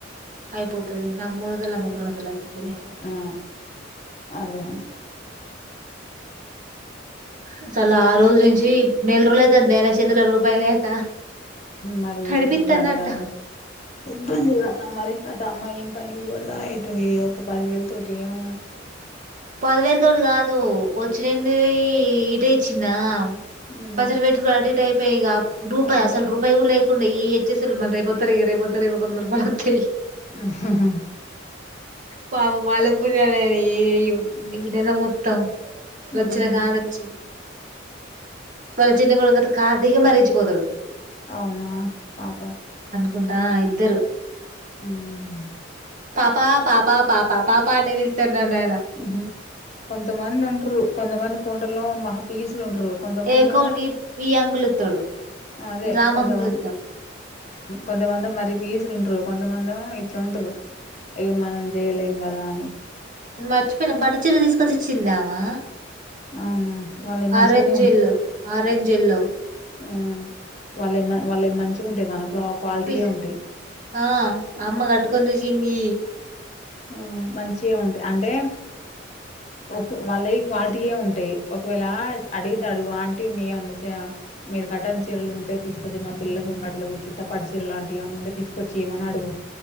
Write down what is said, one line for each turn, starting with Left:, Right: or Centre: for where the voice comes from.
Right: అయిపోతుది నాకు మూడు వందలు న రెండు వందలు అయిపోతుది
Left: ఆ అదే అన్న
Right: అసలు ఆ రోజు నుంచి నెల రోజులు అవుతుంది అనా చేతిల రూపాయి లేక
Left: మరి
Right: నడిపిత్తన్నట్ట
Left: ఇబ్బంది కాదా ఇబ్బంది కాదా మరి అమ్మం పనికిపోదా యిట్ ఇ ఒక పదివేలు తోటం
Right: పదవేల తోటి కాదు వచ్చినంది ఈట ఇచ్చిందా
Left: మ్
Right: పచ్చర వట్ీ టైపు రూపాయి
Left: అవును
Right: అసలు రూపాయి కూడా లే కుండ ఈెచ్చస్ల్ మల్ రే బొత్తరిగ రేబోత్తర ఇంద ర బాతతి
Left: ఆాా
Right: పాప బాలపుూర్ ఏ నెల మొత్తం
Left: మ్
Right: లచ్చణకానుంచిీ పొరచ్చిే కొడుక కార్తక మరిచ పోతాడు
Left: అవునా పాప
Right: కుంటా ఇద్దరు
Left: మ్మ్
Right: పాపా పాపా పాపా పాపా అనే వెళ్తన్నాన్న
Left: హ కొంతమంది ఉంటారు కొంతమంది కోండలో మహపీ లుండరు కొంతమంది
Right: ఏ కోడి ఈ అంకుల్ ఇత్తడు
Left: అదే
Right: రామ్
Left: కొంచమ
Right: అంకుల్ ఇత్తడు
Left: కొంచమంత మరి వీసలు కొంతమందిో ఇట్లాంటారు ఇక మనం చేయలేం కదా అని
Right: మర్చిపోయినా పట్టుచీర్లు తీసుకొచ్చి ఇచ్చిందామా
Left: అవునా వాళ్ళయి మంచిగనే
Right: ఆరెజ్ ఎల్లోో ఆరెంజ్ ఎల్లోో
Left: ఉ, వాళ్ళవి వాళ్ళవి మంచిగా ఉంటాయ మనకు క్వాలిటీయే
Right: పిల్
Left: ఉంటాయి.
Right: ఆ అమ్మ కట్టుకొనిచూసింది.
Left: ఆ మంచిగ ఉండె అంటే ఒక వాళ్ళవి క్వాలిటీయే ఉంటాయి. ఒకవేళ అడుగుతే అడుగు ఆంటి మీ వేవన్న మీరు కట్టనీ చీరలు ఉంటే తీసుకొచ్చి మా పిల్లలకు బట్టలు పట్టు చీరలు లాంటివి ఉంటే తీసుకొచ్చివ్వమని అడుగు.